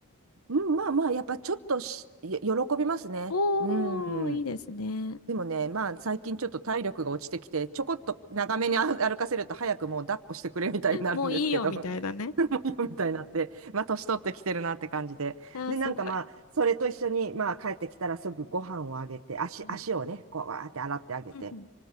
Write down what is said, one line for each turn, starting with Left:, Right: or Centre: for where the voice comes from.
Right: うん、まあまあ、やっぱちょっとし、よ喜びますね。
Left: おー、
Right: うん。
Left: いいですね。
Right: でもね、まあ最近ちょっと体力が落ちてきて、ちょこっと長めにあ歩かせると早くもう抱っこしてくれみたいになるんですけど、
Left: もういいよ、みたいなね。
Right: <laughs> もういいよみたいになって、まあ年取ってきてるなって感じで。
Left: あー、
Right: で、
Left: すごい。
Right: なんかまあ、それと一緒に、まあ帰ってきたらすぐご飯をあげて、足、
Left: うん。
Right: 足をね、こうわーって洗ってあげて、
Left: うん。